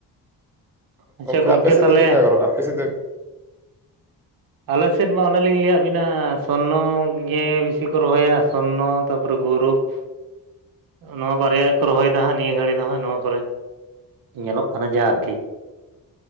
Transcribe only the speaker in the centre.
ᱜᱚᱝᱠᱮ ᱟᱯᱮ
ᱥᱮᱫ ᱫᱚ ᱪᱮᱞᱮᱠᱟ ᱜᱟᱱᱚᱜᱼᱟ ᱟᱯᱮ ᱥᱮᱫᱼᱼ